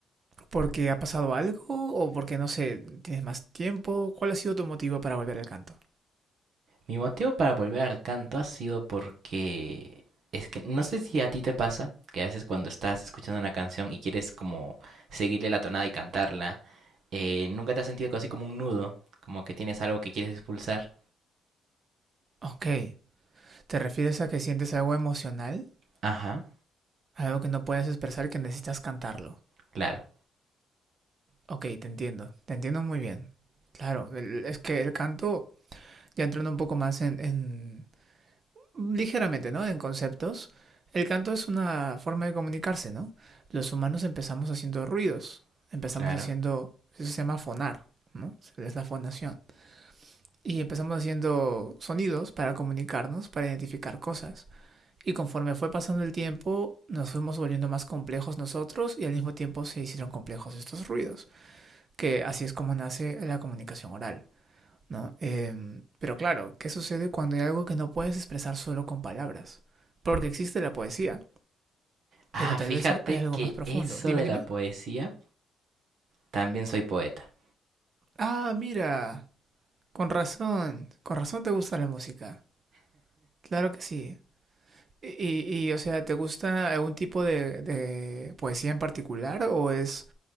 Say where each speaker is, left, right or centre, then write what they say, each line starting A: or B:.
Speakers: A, on the right; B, on the right.
A: porque ha pasado algo o porque, no sé, tienes más tiempo? ¿Cuál ha sido tu motivo para volver al canto?
B: Mi motivo para volver al canto ha sido porque es que no sé si a ti te pasa que a veces cuando estás escuchando una canción y quieres como seguirle la tonada y cantarla, eh, nunca te has sentido así como un nudo, como que tienes algo que quieres expulsar.
A: Ok, ¿te refieres a que sientes algo emocional?
B: Ajá,
A: Algo que no puedes expresar que necesitas cantarlo.
B: claro,
A: Ok, te entiendo, te entiendo muy bien. Claro, el- es que el canto, ya entrando un poco más en, en, Ligeramente, ¿no? En conceptos, el canto es una forma de comunicarse, ¿no? Los humanos empezamos haciendo ruidos, empezamos
B: claro.
A: haciendo, eso se llama fonar, ¿no? Es la fonación. Y empezamos haciendo sonidos para comunicarnos, para identificar cosas. Y conforme fue pasando el tiempo, nos fuimos volviendo más complejos nosotros y al mismo tiempo se hicieron complejos estos ruidos, que así es como nace la comunicación oral. ¿no? Eh, pero claro, ¿qué sucede cuando hay algo que no puedes expresar solo con palabras? Porque existe la poesía,
B: Ah,
A: pero tal
B: fíjate
A: vez hay algo
B: que
A: más profundo.
B: eso
A: Dime,
B: de
A: dime.
B: la poesía, también soy poeta.
A: Ah, mira, con razón, con razón te gusta la música. Claro que sí. Y, y, y, o sea, ¿te gusta algún tipo de, de poesía en particular o es,